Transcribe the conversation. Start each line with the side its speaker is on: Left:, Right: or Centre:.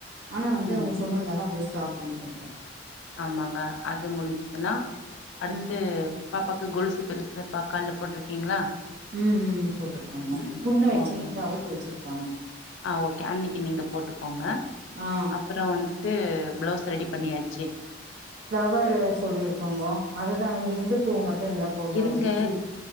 Right: ஆனா வந்து
Left: ம்
Right: அவங்க சொன்னதுனால அப்டியே ஸ்டாப் பண்ணிட்டு இருக்கோம்
Left: ஆமாங்க அது முடிஞ்சுதுன்னா அடுத்து
Right: ம்
Left: பாப்பாவுக்கு கொலுசு பெருசா பாக் கால்ல போட்டிருக்கீங்களா
Right: ம்ம்ம் போட்டுருக்காங்க
Left: ம்
Right: புண்ணு ஆயிடிச்சினு
Left: ஓகேங்க
Right: இப்ப அவுத்து வச்சிருப்பாங்க
Left: ஆ ஓகே அன்னிக்கு நீங்க போட்டுக்கோங்க
Right: ஆ
Left: அப்புறம் வந்துட்டு பிளவுஸ் ரெடி பண்ணியா செர்
Right: பிளவர்ரு சொல்லியிருக்கோங்கோ அதுதான் இந்த இந்து பூ மட்டும் இருந்தா போதமா
Left: இருங்க
Right: ஜிக்சி